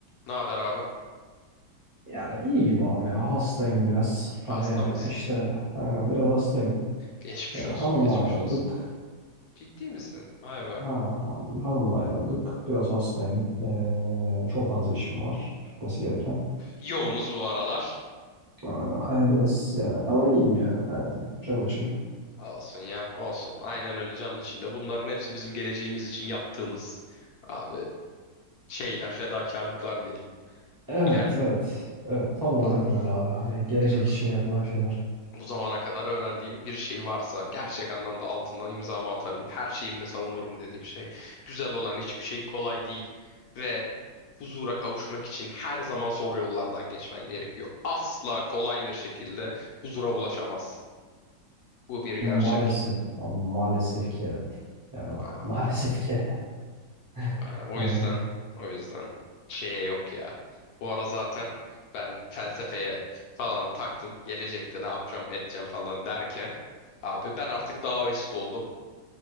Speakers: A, on the left; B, on the right.
A: Ne haber abi?
B: Yani iyi gibi abi ya. Hastayım biraz.
A: Hasta
B: Hani
A: mısın?
B: e, işte aynen biraz hastayım.
A: Geçmiş
B: E, hanımla
A: olsun, geçmiş
B: ayrıldık.
A: olsun. Ciddi misin? Vay be.
B: Ha, han- hanımla ayrıldık. Biraz hastayım. E, çok fazla işim var. Bitmesi gereken.
A: Yoğunuz bu aralar.
B: Aynen. Hani biraz yani ama iyiyim yani hayatta. Canım içimde.
A: Olsun ya, olsun. Aynen öyle canın içinde. Bunların hepsi bizim geleceğimiz için yaptığımız abi şeyler, fedakarlıklar diyelim.
B: Evet
A: İler.
B: evet. Evet tam olarak
A: Aa,
B: öyle abi. Hani gelecek
A: ya.
B: için yapılan şeyler.
A: bu zamana kadar öğrendiğim bir şey varsa gerçek anlamda altına imzamı atarım. Her şeyimle savunurum dediğim şey. Güzel olan hiçbir şey kolay değil ve huzura kavuşmak için her zaman zor yollardan geçmen gerekiyor. Asla kolay bir şekilde huzura ulaşamazsın. Bu bir gerçek.
B: Maalesef. Abi, maalesef ki evet. Yani bak
A: Aa,
B: <laughs> maalesef ki evet. <laughs>
A: e, o
B: Hani
A: yüzden o yüzden şeye yok ya. Bu ara zaten ben felsefeye falan taktım. Gelecekte ne yapacağım, edeceğim falan derken abi ben artık Daoist oldum.